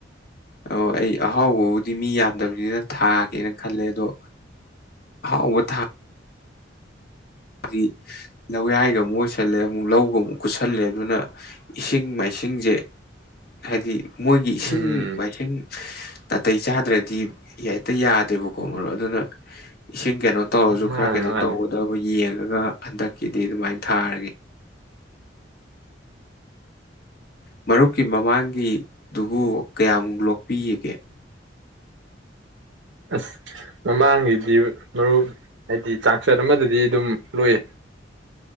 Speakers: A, on the left; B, on the right.
A: ꯑꯣ ꯑꯩ ꯑ ꯑꯍꯥꯎꯕꯕꯨꯗꯤ ꯃꯤ ꯌꯥꯝꯗꯕꯅꯤꯅ ꯊꯥꯒꯦꯅ ꯈꯜꯂꯦ ꯑꯗꯣ ꯑꯍꯥꯎꯕ ꯊꯥ ꯗꯤ ꯂꯧꯌꯥꯏꯒ ꯑꯃꯨꯛ ꯑꯣꯏꯁꯜꯂꯦ ꯑꯃꯨꯛ ꯂꯧꯒ ꯑꯃꯨꯛ ꯀꯨꯠꯁꯜꯂꯦ ꯑꯗꯨꯅ ꯏꯁꯤꯡ ꯃꯥꯏ ꯏꯁꯤꯡꯁꯦ ꯍꯥꯏꯗꯤ ꯃꯣꯏꯒꯤ ꯏꯁꯤꯡ
B: ꯎꯝ
A: ꯃꯥꯏꯁꯤꯡ ꯅꯥꯇꯩ ꯆꯥꯗ꯭ꯔꯗꯤ ꯍꯦꯛꯇ ꯌꯥꯗꯦꯕꯀꯣ ꯃꯔꯣ ꯑꯗꯨꯅ ꯏꯁꯤꯡ ꯀꯩꯅꯣ ꯇꯧꯔꯁꯨ
B: ꯃꯥꯅꯤ
A: ꯈꯔ ꯀꯩꯅꯣ
B: ꯃꯥꯅꯤ
A: ꯇꯧꯒꯗꯕ ꯌꯦꯡ ꯑꯗꯨꯒ ꯍꯟꯗꯛꯀꯤꯗꯤ ꯑꯗꯨꯃꯥꯏꯅ ꯊꯥꯔꯒꯦ ꯃꯔꯨꯞꯀꯤ ꯃꯃꯥꯡꯒꯤꯗꯨꯕꯨ ꯀꯌꯥꯃꯨꯛ ꯂꯣꯛꯄꯤꯒꯒꯦ
B: ꯑꯁ ꯃꯃꯥꯡꯒꯤꯗꯤ ꯃꯔꯨꯞ ꯍꯥꯏꯗꯤ ꯆꯥꯛꯆꯠ ꯑꯃꯗꯗꯤ ꯑꯗꯨꯝ ꯂꯣꯏꯌꯦ